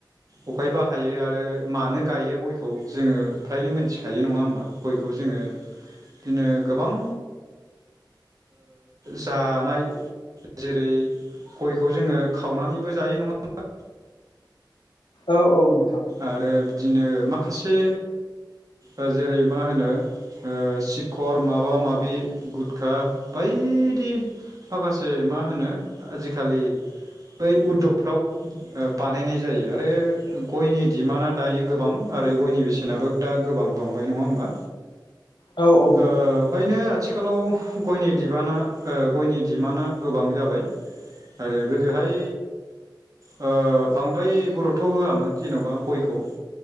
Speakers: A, on the right (about 45°); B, on the left (about 70°).
A: अफाय बाहायो आरो मानो गायो गयखौ ग जोंङो फ्रायनो मोनथिखायो नङा होमबा गयखौ जोंङो बिदिनो गोबां जानाय जेरै गयखौ जोंङो खावनानैबो जायो नङा होमबा
B: औ औ नोंथां
A: आरो बिदिनो माखासे ओ जेरै मा होनो ओ सिखर माबा माबि गुटखा बायदि माखासे मा होनो आजि खालि बै उदगफ्राव बानायनाय जायो आरो गयनि डिमान्डआ दायो गोबां आरो गयनि बेसेनाबो दा गोबां बांबाय नङा होमबा
B: औ औ
A: ओ
B: नोंथां औ
A: फोयनो आथिखालाव गयनि बिबाना गयनि बिबाना गोबां जाबाय आरो गोदोहाय ओ बांद्राय गुरुतथ' होआमोन जेन'बा गयखौ